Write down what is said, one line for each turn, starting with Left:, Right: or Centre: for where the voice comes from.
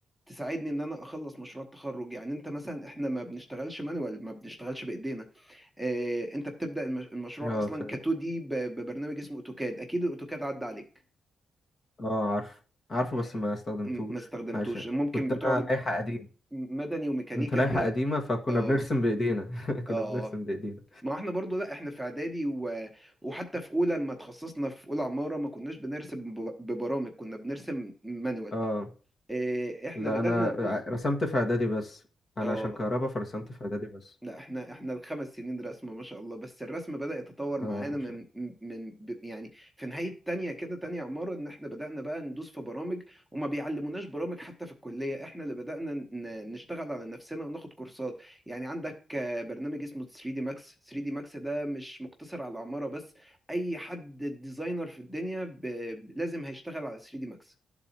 Centre: تساعدني ان انا اخلص مشروع التخرج يعني انت مثلا احنا ما بنشتغلش مانوال ما بنشتغلش بايدينا اه انت بتبدا المش- المشروع
Left: اه
Centre: اصلا
Left: فاهم
Centre: ك 2 دي ب- ببرنامج اسمه اوتوكاد اكيد الاوتوكاد عدى عليك
Left: اه عارف عارفه بس
Centre: اه
Left: ما استخدمتوش
Centre: م- ما استخدمتوش
Left: عشان
Centre: ممكن
Left: كنت
Centre: بتوع
Left: انا
Centre: م-
Left: لائحة قديم
Centre: مدني وميكانيكا
Left: كنت لائحة
Centre: ب...
Left: قديمة فكنا
Centre: اه
Left: بنرسم بإيدينا <laughs>
Centre: اه
Left: كنا بنرسم بإيدينا
Centre: ما احنا برضو لا احنا في اعدادي و... وحتى في اولى لما تخصصنا في اولى عمارة ما كناش بنرسم بب- ببرامج كنا بنرسم مانوال
Left: اه
Centre: اه احنا
Left: لا
Centre: بدأنا
Left: انا
Centre: ندوس
Left: ع- رسمت في اعدادي بس انا
Centre: اه
Left: عشان كهربا فرسمت في اعدادي بس
Centre: لا احنا احنا الخمس سنين رسم ما شاء الله بس الرسم بدأ يتطور معانا
Left: اه
Centre: من من ب- يعني في نهاية تانية كده تانية عمارة ان احنا بدأنا بقى ندوس في برامج وما بيعلموناش برامج حتى في الكلية احنا اللي بدأنا ن- نشتغل على نفسنا وناخد كورسات يعني عندك آه، برنامج اسمه 3 دي ماكس 3 دي ماكس ده مش مقتصر على العمارة بس اي حد ديزاينر في الدنيا ب... ب- لازم هيشتغل على 3 دي ماكس